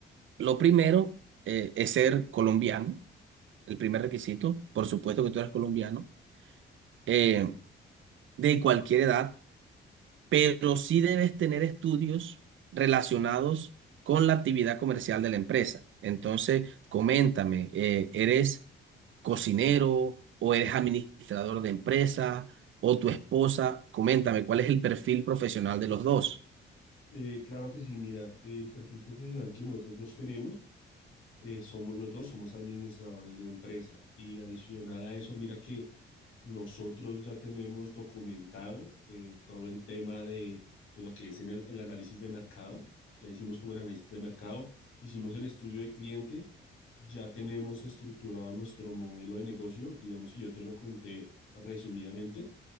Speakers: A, on the right; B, on the left.
A: Lo primero eh, es ser colombiano, el primer requisito. Por supuesto que tú eres colombiano, eh, de cualquier edad pero sí debes tener estudios relacionados con la actividad comercial de la empresa. Entonces, coméntame, eh, ¿eres cocinero o eres administrador de empresa o tu esposa? Coméntame, ¿cuál es el perfil profesional de los dos?
B: Eh, claro que sí, mira, el perfil profesional que nosotros dos tenemos. eh, somos los dos somos administradores de empresa y adicional a eso, mira que nosotros ya tenemos documentado eh, todo el tema de, de lo que es en el, el análisis de mercado, ya hicimos como el análisis de mercado, hicimos el estudio de cliente, ya tenemos estructurado nuestro modelo de negocio, digamos, si yo te lo conté resumidamente,